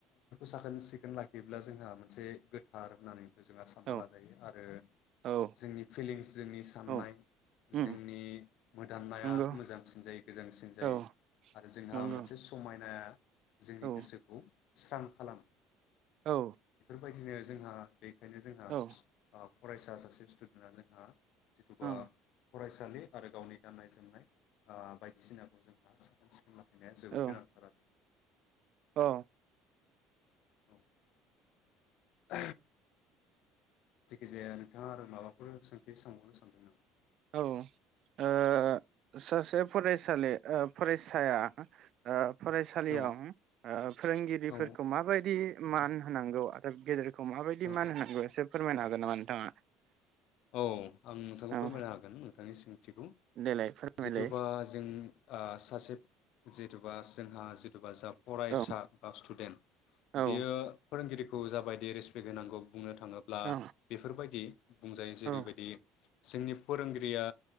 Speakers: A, on the left; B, on the right.
A: साखोन सि लाखियोब्ला जोंहा मोनसे हार होननानैबो जों सानना
B: औ
A: लाजायो आरो
B: औ
A: जोंनि फिलिंस जोंनि साननाय
B: औ उम
A: जोंनि मोदान्नाया
B: नंगौ
A: मोजांसिन जायो गोजांसिन जायो
B: औ
A: आरो जोंहा
B: नंगौ
A: मोनसे समायना जोंनि
B: औ
A: गोसोखौ स्रां खालाम
B: औ
A: बेबायदिनो जोंहा बेखायनो जोंहा
B: औ
A: फरायसा सासे स्टुडेन्टआ जोंहा <inaudible> थ'बा
B: ओं
A: फरायसालि आरो गावनि गाननाय जोमनाय ओ बायदिसिनाखौ जोंहा साखोन सिखोन या जोबोद
B: औ
A: गोनांथारानो
B: औ
A: <inaudible> जेखिजाया नोंथाङा आरो माबाफोर सों बि समावनो सानदोंमोन आं
B: औ ओ सासे फरायसालि ओ फरायसाया ओ फरायसालियाव
A: औ
B: ओ फोरोंगिरिफोरखौ
A: औ
B: माबायदि मान होनांगौ आरो गेदेर खौ माबायदि
A: औ
B: मान होनांगौ एसे फोरमायनो
A: औ
B: हागोन नामा नोंथाङा
A: औ आं नोंथांखौ
B: औ
A: फोरमायनो हागोन ओं निसिम मिथिगौ
B: देलाय फोरमायलाय
A: जिथुबा जों ओ सासे जेथुबा जोंहा जिथुबा जा फरायसा
B: औ
A: बा स्टुडेन्ट
B: औ
A: बेयो फोरोंगिरि खौ जाबायदि रेसपेक्ट होनांगौ बुंनो थाङोब्ला
B: औ
A: बेफोरबायदि बुंजायो जेरैबायदि
B: औ
A: जोंनि फोरोंगिरिया